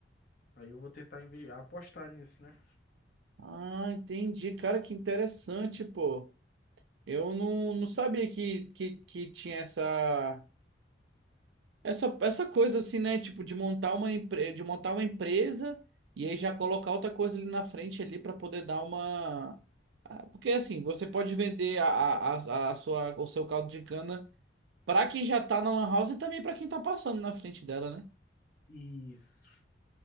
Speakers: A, on the left; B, on the right.
A: aí eu vou tentar inve- apostar nisso, né?
B: Ah, entendi, cara, que interessante, pô. Eu não, não sabia que, que, que tinha essa, essa essa coisa assim, né? Tipo, de montar uma empre, de montar uma empresa e aí já colocar outra coisa ali na frente ali para poder dar uma. Ah, Porque assim, você pode vender a, a, a a sua, o seu caldo de cana para quem já tá na lan house e também para quem tá passando na frente dela, né?
A: Isso.